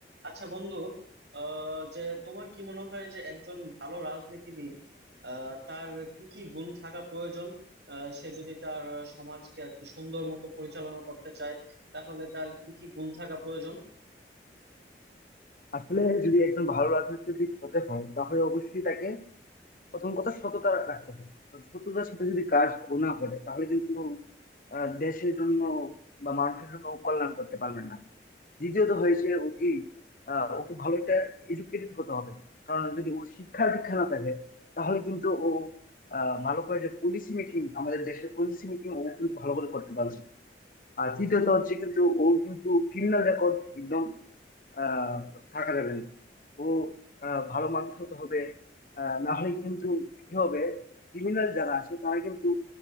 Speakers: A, on the right; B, on the left.
A: আচ্ছা বন্ধু আহ যে তোমার কি মনে হয় যে একজন ভালো রাজনীতিবিদ আহ তার কি কি গুণ থাকা প্রয়োজন আহ সে যদি তার সমাজকে আর কি সুন্দর মতো পরিচালনা করতে চায় তাহলে তার কি কি গুণ থাকা প্রয়োজন
B: আসলে যদি একজন ভালো রাজনীতিবিদ হতে হয় তাহলে অবশ্যই তাকে প্রথম কথা সততা রাখতে হবে সততার সাথে যদি কাজ ও না করে তাহলে কিন্তু আহ, দেশের জন্য বা মানুষের জন্য ও কল্যাণ করতে পারবে না দ্বিতীয়ত হয়েছে ও কি আহ, ওকে ভালো একটা এডুকেটেড হতে হবে কারণ যদি ওর শিক্ষা দীক্ষা না থাকে তাহলে কিন্তু ও আহ, ভালো করে যে পলিসি মেকিং আমাদের দেশের পলিসি মেকিং ও কিন্তু ভালো করে করতে পারবে না আর তৃতীয়ত হচ্ছে কিন্তু ও কিন্তু ক্রিমিনাল রেকর্ড একদম আহ থাকা যাবে না ও আহ, ভালো মানুষ হতে হবে আহ, না হলে কিন্তু কি হবে ক্রিমিনাল যারা আছে তারা কিন্তু